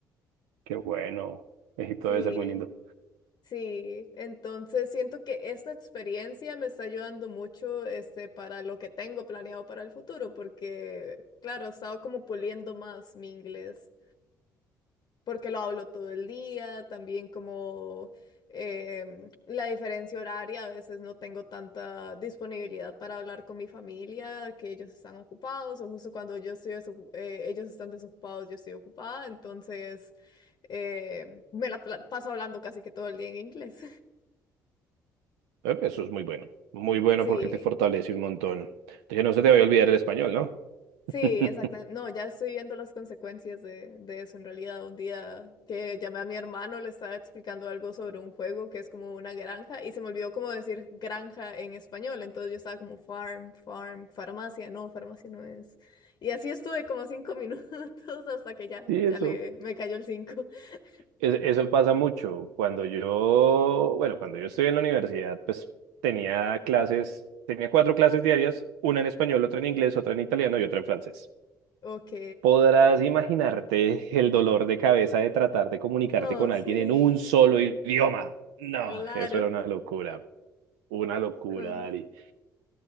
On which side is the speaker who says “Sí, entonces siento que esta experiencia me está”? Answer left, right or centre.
Left